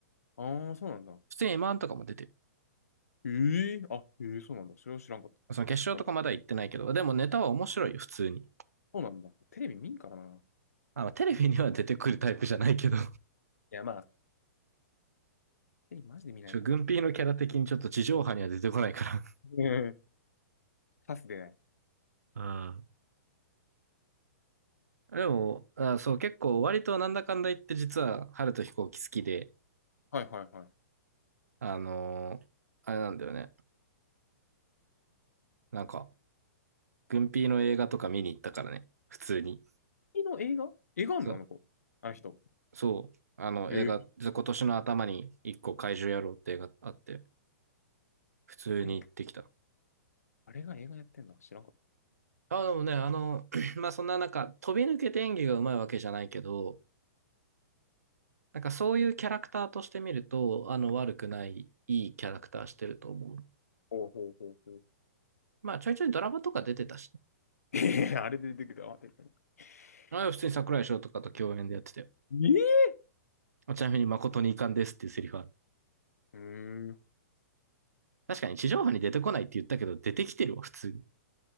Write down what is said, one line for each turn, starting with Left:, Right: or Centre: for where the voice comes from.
Left: ああ、そうなんだ。
Right: 普通に m ンとかも出てる。
Left: えー、あ、えー、そうなんだ。それは知らんかった。
Right: その決勝とかまだ行ってないけど、
Left: 俺、
Right: でもネタは面白いよ、普通に。
Left: そうなんだ。テレビ見んからな。
Right: あの、テレビには出てくるタイプじゃないけど。
Left: いや、まあ、テレビマジで見ないから
Right: ちょ、軍艇のキャラ的にちょっと地上波には出てこないか
Left: な。うん。パスでない。
Right: ら <laughs> うん。ら。でも、あそう、結構割となんだかんだ言って実は、春と飛行機好きで、
Left: はいはいは
Right: あのーあれなんだよね。なんか、軍艇の映画とか見に行ったからね。普通に。
Left: い。の映画映画あんのあの子。
Right: そう、
Left: あの人。
Right: そう。あの映画、
Left: えー、
Right: 今年の頭に一個怪獣野郎って映画あって、普通に行ってきた。
Left: あれ、あれが映画やってんの知らんかっ
Right: あ、でもね、あの、<clears throat> <laughs> まあそんな中、飛び抜けて演技がうまいわけじゃないけど、なんかそういうキャラクターとして見ると、あの悪くない、いいキャラクターしてると思う。
Left: た。ほうほうほうほう。
Right: まあちょいちょいドラマとか出てたし、ね、
Left: <laughs> えー、あれで出てきた。あ、出てきた。
Right: ああ普通に桜井翔とかと共演でやってたよ。
Left: もうえー
Right: ちなみに誠に遺憾ですっていうセリフある。
Left: うーん。
Right: 確かに地上波に出てこないって言ったけど、出てきてるわ、普通に。